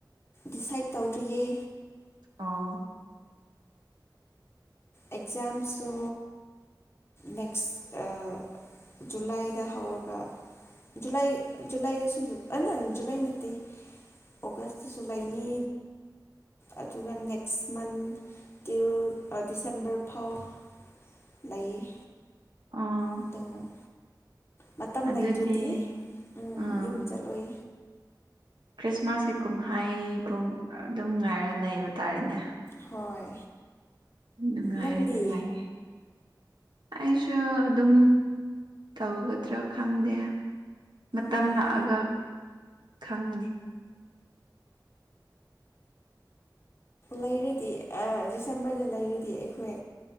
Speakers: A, on the left; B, on the right.
A: ꯗꯤꯁꯥꯏꯠ ꯇꯧꯗ꯭ꯔꯤꯌꯦ
B: ꯑꯣ
A: ꯑꯦꯛꯖꯥꯝꯁꯨ ꯅꯦꯛꯁ ꯑ ꯖꯨꯂꯥꯏꯗ ꯍꯧꯔꯒ ꯖꯨꯂꯥꯏ ꯖꯨꯂꯥꯏꯗꯁꯨ ꯑ ꯅ ꯖꯨꯂꯥꯏ ꯅꯠꯇꯦ ꯑꯣꯒꯁꯀꯤꯁꯨ ꯂꯩꯅꯤ ꯑꯗꯨꯒ ꯅꯦꯛꯁ ꯃꯟ ꯇꯤꯜ ꯑ ꯗꯤꯁꯦꯝꯕꯔ ꯐꯥꯎ ꯂꯩ
B: ꯑꯣ
A: ꯑꯗꯣ ꯃꯇꯝ
B: ꯑꯗꯨꯗꯤ
A: ꯂꯩꯇ꯭ꯔꯗꯤ ꯎꯝ
B: ꯑꯥ
A: ꯌꯨꯝ ꯆꯠꯂꯣꯏ
B: ꯈ꯭ꯔꯤꯁꯃꯥꯁꯀꯤ ꯀꯨꯝꯍꯩ ꯄꯨꯡ ꯑꯗꯨꯝ ꯉꯥꯏꯔ ꯂꯩꯕ ꯇꯥꯔꯦꯅꯦ
A: ꯍꯣꯏ
B: ꯅꯨꯡꯉꯥꯏꯔꯦ
A: ꯅꯪꯗꯤ
B: ꯅꯨꯡꯉꯥꯏꯔꯦ ꯑꯩꯁꯨ ꯑꯗꯨꯝ ꯇꯧꯒꯗ꯭ꯔ ꯈꯪꯗꯦ ꯃꯇꯝ
A: ꯎꯝ
B: ꯂꯥꯛꯑꯒ ꯈꯪꯒꯅꯤ
A: ꯂꯩꯔꯗꯤ ꯑ ꯗꯤꯁꯦꯝꯕꯔꯗ ꯂꯩꯔꯗꯤ ꯑꯩꯈꯣꯏ